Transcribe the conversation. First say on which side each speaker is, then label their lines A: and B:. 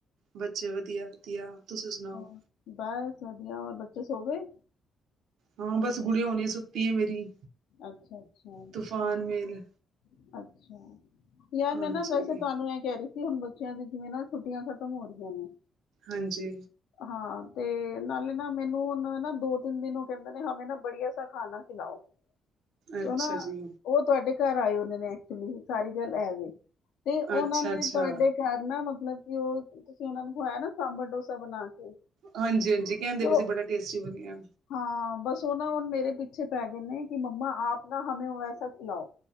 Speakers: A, on the right; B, on the left.
A: ਬੱਚੇ ਵਧੀਆ ਵਧੀਆ ਤੁਸੀਂ ਸੁਣਾਓ
B: ਹੋਰ ਬਸ ਵਧੀਆ ਹੋਰ ਬੱਚੇ ਸੌਗੇ
A: ਹਾਂ ਬਸ ਗੁਡੀਆਂ ਹੁਣੀ ਸੁੱਤੀ ਆ ਮੇਰੀ
B: ਅੱਛਾ ਅੱਛਾ
A: ਤੂਫਾਨ
B: ਠੀਕ
A: ਮੇਲ
B: ਐ ਅੱਛਾ ਯਾਰ
A: ਹਾਂਜੀ
B: ਮੈਂ ਨਾ ਵੈਸੇ ਤੁਹਾਨੂੰ ਇਹ ਕਹਿ ਰਹੀ। ਕਿ ਹੁਣ ਬੱਚਿਆਂ ਦੀ ਜਿਵੇਂ ਨਾ ਛੁੱਟੀਆਂ ਖ਼ਤਮ ਹੋ ਰਹੀਆਂ ਨੇ।
A: ਹਾਂਜੀ
B: ਹਾਂ ਤੇ ਨਾਲੇ ਨਾ ਮੈਨੂੰ ਹੁਣ ਨਾ ਦੋ ਤਿੰਨ ਦਿਨ ਉਹ ਕਹਿੰਦੇ ਨੇ ਹਮੇ ਨਾ ਬੜੀਆ ਸਾ ਖਾਣਾ ਖਿਲਾਓ
A: ਅੱਛਾ
B: ਉਹ ਨਾ
A: ਜੀ
B: ਉਹ ਤੁਹਾਡੇ ਘਰ ਆਏ ਹੁੰਦੇ ਨੇ ਐਕਚੁਲੀ ਸਾਰੀ ਗੱਲ ਐਵੇਂ ਤੇ ਉਹਨਾਂ
A: ਅੱਛਾ
B: ਨੇ
A: ਅੱਛਾ
B: ਤੁਹਾਡੇ ਘਰ ਨਾ ਮਤਲਬ ਕਿ ਉਹ ਤੁਸੀਂ ਉਹਨਾਂ ਨੂੰ ਖਵਾਇਆ ਨਾ ਸਾਂਬਰ ਡੋਸਾ ਬਣਾ ਕੇ
A: ਹਾਂਜੀ, ਹਾਂਜੀ ਕਹਿੰਦੇ
B: ਤੇ
A: ਪਏ
B: ਉਹ
A: ਸੀ ਬੜਾ ਟੇਸਟੀ ਬਣਿਆ।
B: ਹਾਂ ਬਸ ਉਹ ਨਾ ਹੁਣ ਮੇਰੇ ਪਿੱਛੇ ਪੈ ਗਏ ਨੇ। ਕਿ ਮੰਮਾ ਆਪ ਨਾ ਹਮੇ ਵੈਸਾ ਖਿਲਾਓ